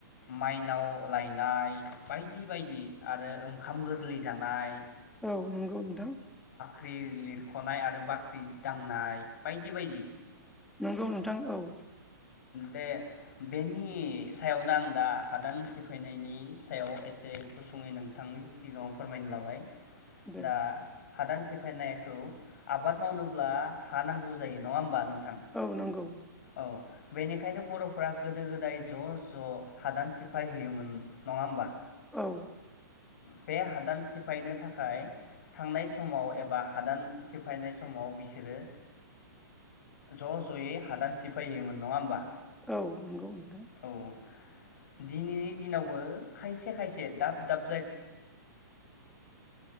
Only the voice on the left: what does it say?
माइनाव लायनाय बायदि बायदि आरो ओंखाम गोरलै जानाय
ख्रि लिरख'नाय आरो बाख्रि दांनाय बायदि बायदि।
दे बेनि सायावनो आं दा हादान सिफायनायनि सायाव एसे गुसुङै नोंथांनि सिगाङाव फोरमायनो लाबाय।
दा हादान सिफायनायखौ आबाद मावनोब्ला हा नांगौ जायो नङा होमबा नों
औ बेनिखायनो बर'फोरा गोदो गोदाय ज' ज' हादान सिफाय हैयोमोन नङा होमबा?
बे हादान सिफायनो थाखाय थांनाय समाव एबा हादान सिफायनाय समाव बिसोरो ज' ज'यै हादान सि फैयोमोन नङा होमबा?
औ दिनैनि दिनावबो खायसे खायसे दाब दाब